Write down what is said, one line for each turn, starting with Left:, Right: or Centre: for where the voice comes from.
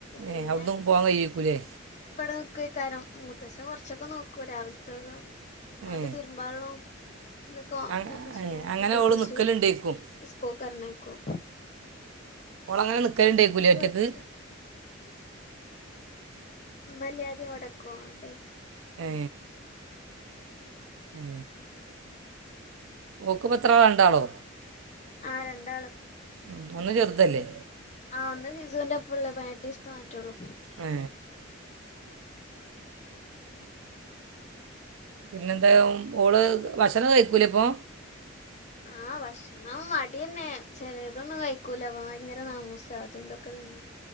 Left: പിന്നെ
Right: ഏഹ് അവിടുന്നും പോവാൻ കഴിയേക്കൂല്ലേ
Left: ഇവിടെ നിക്കുയെക്കാരം മൂത്തച്ചൻ കൊറച്ചൊക്കെ നോക്കൂ രാവിലത്തക്കെ അവന്റെ
Right: ഏ
Left: തീർ മ്പാള്ളം ന്തൊക്കെ
Right: അങ്ങ-
Left: മുത്തച്
Right: ഏ,
Left: നോക്ക
Right: അങ്ങനെ
Left: കുൾപ്പിച്
Right: ഓൾ നിൽക്കലുണ്ടേക്കും
Left: സ്കൂക്കറിഞ്ഞേക്കും
Right: ഓളങ്ങനെ നിൽക്കലുണ്ടാക്കൂലേ
Left: അതുകൊണ്ട്
Right: ഒറ്റയ്ക്ക്
Left: കൊഴപ്പില്ല ഇമ്മല്ലാതിം ഇവിടെക്കു ആണ്ട്
Right: ഏ ഏ.. ഓക്ക് പത്രാളാ രണ്ടാളോ
Left: ആ രണ്ടാള്
Right: ഉ ഒന്ന് ചെറുതല്ലേ
Left: ആഹ് ഒന്ന് ഫിസുന്റെ ഒപ്പള്ളെ പതിനേട്ടീസത്തെ മാറ്റള്ളൂ
Right: ഏ പിന്നെ ന്തായ ഓള് വഷണം കഴിക്കൂല പ്പോ
Left: ആ വശ് ഓൻ മടിയന്നെ ചെലേ തൊന്നും കഴിക്കൂല അ ഭയങ്കര നാമൂസ അതു ഇതെക്കെ തിന്ന